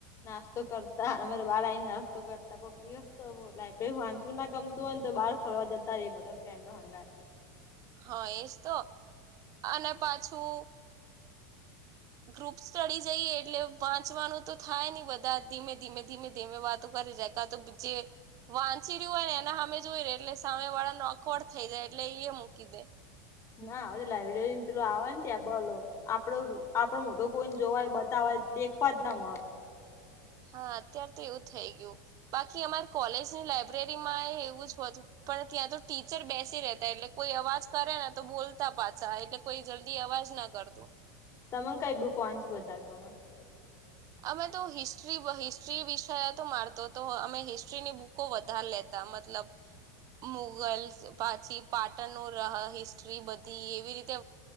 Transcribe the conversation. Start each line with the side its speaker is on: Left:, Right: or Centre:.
Left: નાસ્તો કરતા વાળ આવીને નાસ્તો કરતા કોઈક દિવસ તો. લાયબ્રેરી વાંચવું ના ગમતું હોય તો બહાર ફરવા જતા ર બધા ફ્રેન્ડો હંગાર
Right: હા એજ તો અને પાછું ગ્રુપ સ્ટળી જઈએ એટલે વાંચવાનું તો થાય નને બધા ધીમે ધીમે ધીમે ધીમે વાતો કરી જાય. તો પજે. વાંચી રહ્યું હોય ને એના અમે જોય ર એટલે સામે વાળા નોકવડ થઈ જાય એટલે એ મૂકી દે.
Left: ના હવે લાઈબ્રેરી પેલું આવને કેબોલો આપડો આપડો મોટો કોઈને જોવાય બતાવાય દેખવા જ ના મ.
Right: હા અત્ય્યારે તો એવું થઈ ગયું બાકી અમારી કોલેજની લાઈબ્રેરી માં એવું જ હોતું. પણ ત્યાં તો ટીચર બેસી રહેતા એટલે કોઈ અવાજ કરે ને તો બોલતા પાછા એટલે કોઈ જલ્દી અવાજ ના કરતો.
Left: તમે કઈ બુક વાંચ્યું ગમે.
Right: અમે તો હિસ્ટ્રી હિસ્ટ્રી વિષય તો મારતો તો અમે હિસ્ટ્રીની બુક કો વધાર લેતા મતલબ. મુગલ્સ પાછી પાટણ ન હિસ્ટ્રી બધી એવી રીતે